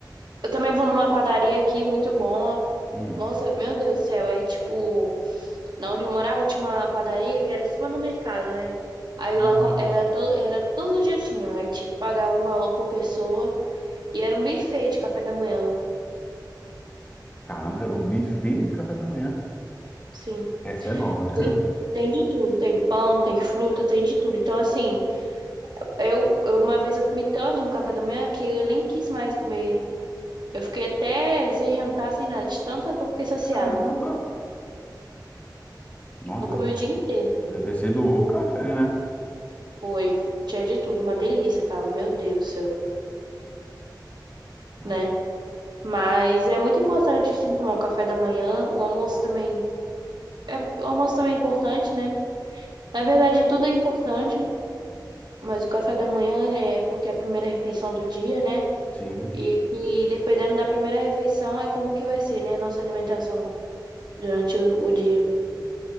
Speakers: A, on the right; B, on the left.
A: eu também vou numa padaria aqui, muito boa.
B: Hum.
A: Nossa, meu Deus do céu. Aí, tipo, na onde eu morava tinha uma padaria que era em cima do mercado, né? Aí lá
B: Ah,
A: com- era,
B: sim.
A: to, era todo dia tinha. Aí tinha que pagar um valor por pessoa. E era um buffet de café da manhã.
B: Caramba, era um buffet de café da manhã.
A: Sim.
B: Essa é nova.
A: Tem, tem de tudo. Tem pão, tem fruta, tem de tudo. Então, assim, eu, eu uma vez eu comi tanto no café da manhã que eu nem quis mais comer. Eu fiquei até sem jantar, sem nada, de tanto que eu fiquei saciada.
B: <laughs> Caramba! Nossa,
A: Não comi
B: deve
A: o
B: ter
A: dia inteiro,
B: deve ter sido o café, né?
A: foi. Tinha de tudo, uma delícia, tava, meu Deus do céu,
B: Ah,
A: né? Mas é muito importante sim tomar um café da manhã, o almoço também. É, o almoço também é importante, né? Na verdade, tudo é importante, mas o café da manhã, ele é porque é a primeira refeição do dia, né?
B: sim,
A: E que dependendo da primeira refeição, é como que vai ser, né, a nossa alimentação durante o, o dia.